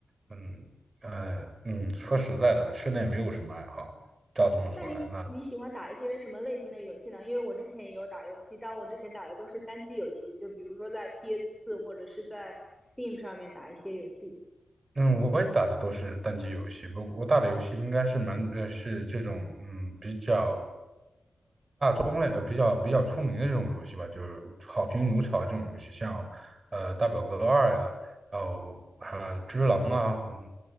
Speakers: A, on the right; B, in the centre.
A: 嗯，呃，嗯，说实在的，室内没有什么爱好。照这么说来，
B: 那你你喜欢打一些什么类型的游戏呢？
A: 那
B: 因为我之前也有打游戏，但我之前打的都是单机游戏，就比如说在 PS 四或者是在 Steam 上面打一些游戏。
A: 嗯，我也打的都是单机游戏，不，我打的游戏应该是蛮呃是这种嗯比较中类呃比较比较出名的这种游戏吧，就是好评如潮这种游戏，像呃大表哥二呀，然后呃只狼啊，嗯